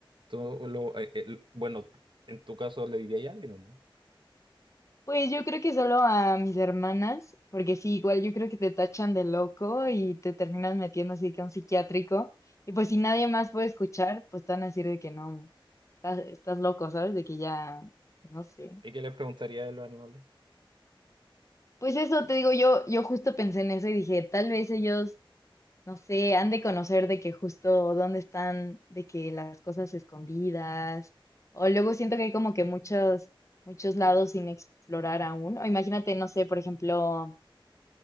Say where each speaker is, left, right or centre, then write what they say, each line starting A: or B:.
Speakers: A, on the right; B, on the left.
A: Tú lo- eh, eh, lo- bueno, en tu caso, ¿le diría a alguien o no?
B: Pues yo creo que solo a mis hermanas, porque sí, igual yo creo que te tachan de loco y te terminas metiendo así que a un psiquiátrico. Y pues si nadie más puede escuchar, pues te van a decir de que no, estás, estás loco, ¿sabes? De que ya, no sé.
A: ¿Y qué le preguntaría de los animales?
B: Pues eso te digo, yo, yo justo pensé en eso y dije, tal vez ellos, no sé, han de conocer de que justo dónde están, de que las cosas escondidas. O luego siento que hay como que muchos, muchos lados sin explorar aún. O imagínate, no sé, por ejemplo.